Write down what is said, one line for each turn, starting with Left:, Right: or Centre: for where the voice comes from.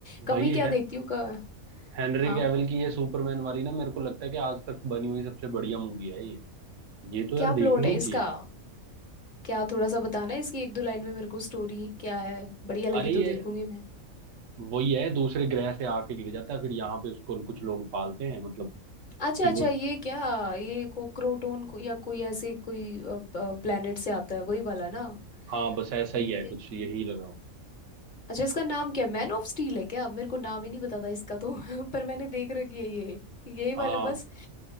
Left: कम
Right: भाई
Left: ही क्या
Right: है
Left: देखती हूँ का
Right: हेनरी
Left: हाँ
Right: कैविल की ये सुपरमैन वाली ना मेरे को लगता है कि आज तक बनी हुई सबसे बढ़िया मूवी है ये ये तो
Left: क्या
Right: यार देखनी
Left: प्लॉट है
Right: ही
Left: इसका
Right: चाहिए
Left: क्या थोड़ा सा बताना है इसकी एक दो लाइन में मेरे को स्टोरी क्या है बढ़िया लगी
Right: अरे
Left: तो
Right: ये
Left: देखूंगी मैं
Right: वही है दूसरे ग्रह से आके गिर जाता है फिर यहाँ पे उसको कुछ लोग पालते हैं मतलब
Left: अच्छा
Right: फिर
Left: अच्छा
Right: वो
Left: ये क्या ये कोक्रोटोन को, या कोई ऐसे कोई प्लेनेट से आता है वही वाला ना
Right: हाँ बस ऐसा
Left: ये
Right: ही है कुछ यही लगाओ
Left: अच्छा इसका नाम क्या है मैन ऑफ स्टील है क्या मेरे को नाम ही नहीं पता था इसका तो <laughs> पर मैंने देख रखी है ये यही वाला
Right: हाँ
Left: बस